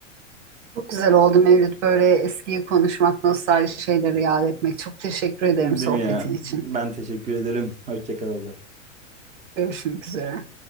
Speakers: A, on the right; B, on the right.
A: Çok güzel oldu Mevlüt böyle eskiyi konuşmak, nostalji şeyleri yad etmek. Çok teşekkür ederim
B: <laughs> Değil
A: sohbetin
B: mi ya?
A: için.
B: Ben teşekkür ederim. Hoşça kal abla.
A: Görüşmek üzere.